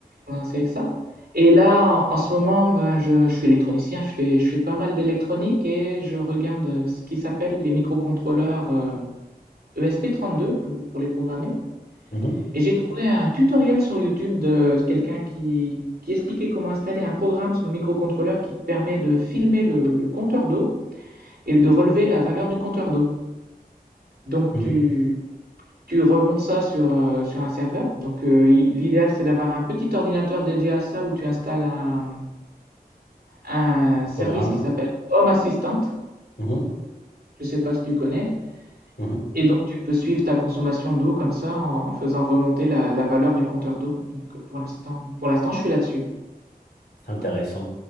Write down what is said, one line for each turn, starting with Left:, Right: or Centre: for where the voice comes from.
Right: Voilà, c'est avec ça. Et là, en, en ce moment, ben, je, je suis électronicien, je fais, je fais pas mal d'électronique, et je regarde euh, ce qui s'appelle les microcontrôleurs euh, ESP32 pour, pour les programmer.
Left: Mhm,
Right: Et j'ai trouvé un tutoriel sur YouTube de quelqu'un qui, qui expliquait comment installer un programme sur le microcontrôleur qui te permet de filmer le, le compteur d'eau et de relever la valeur du compteur d'eau. Donc
Left: mhm.
Right: tu, tu remontes ça sur, euh, sur un serveur. Donc euh, i- l'idéal c'est d'avoir un petit ordinateur dédié à ça où tu installes un, un service
Left: Programme.
Right: qui s'appelle Home Assistant.
Left: Mhm,
Right: Je ne sais pas si tu connais.
Left: mhm.
Right: Et donc tu peux suivre ta consommation d'eau comme ça en, en faisant remonter la, la valeur du compteur d'eau. Donc euh, pour l'instant, pour l'instant je suis là-dessus.
Left: C'est intéressant.